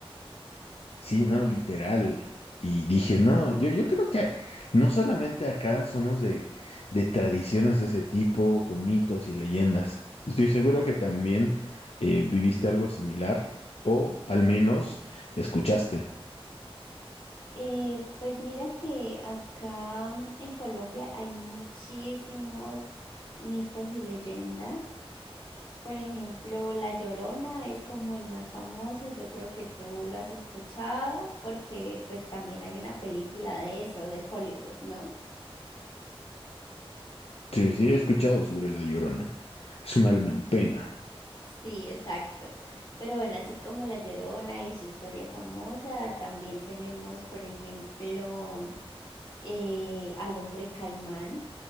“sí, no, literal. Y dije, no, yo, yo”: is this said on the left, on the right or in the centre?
Left